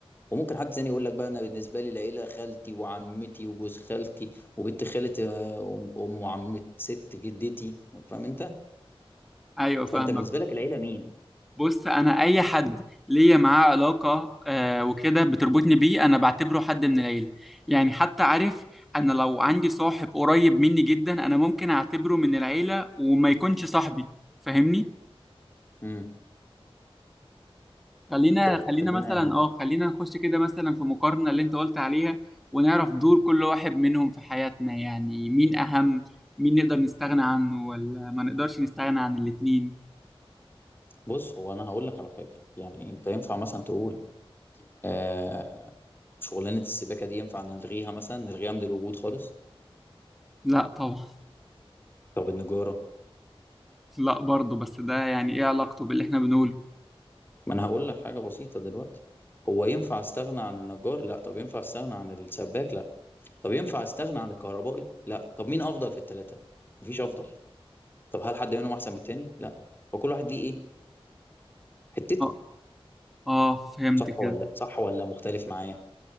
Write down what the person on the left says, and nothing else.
وممكن حد تاني يقول لك بقى انا بالنسبه لي العيله خالتي وعمتي وجوز خالتي وبنت خاله آه، ام أم وعمه ست جدتي فاهم انت
فانت بالنسبه لك العيله مين
امم
طيب
خلينا
يعني
بص هو انا هقول لك على حاجه يعني انت ينفع مثلا تقول آه شغلانه السباكه دي ينفع نلغيها مثلا نلغيها من الوجود خالص
طب النجاره
ما انا هقول لك حاجه بسيطه دلوقتي هو ينفع استغنى عن النجار لا طب ينفع استغنى عن السباك لا طب ينفع استغنى عن الكهربائي لا طب مين افضل في الثلاثه مفيش افضل طب هل حد منهم احسن من التاني لا وكل واحد ليه ايه حتته
صح
ولا لأ؟ صح ولا مختلف معايا